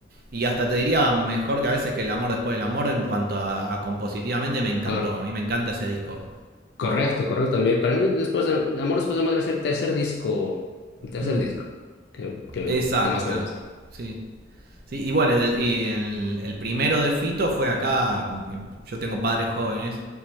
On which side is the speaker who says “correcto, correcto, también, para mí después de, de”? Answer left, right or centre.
Left